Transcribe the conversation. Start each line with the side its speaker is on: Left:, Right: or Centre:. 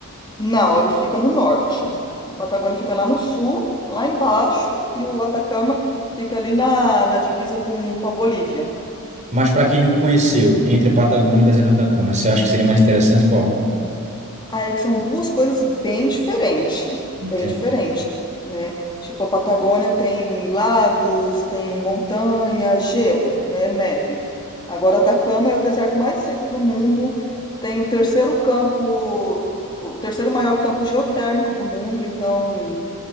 Left: Não, ele fica no norte. A Patagônia fica lá no sul, lá embaixo, e o Atacama fica ali na, na divisa com, com a Bolívia.
Right: Mas para quem nunca conheceu, entre a Patagônia e o deserto do Atacama, você acha que seria mais interessante qual?
Left: Aí que são duas coisas bem diferentes, bem
Right: Tem-
Left: diferentes, né? Tipo, a Patagônia tem lagos, tem montanha, gelo, né? Neve. Agora, Atacama é o deserto mais seco do mundo, tem o terceiro campo, o terceiro maior campo geotérmico do mundo, então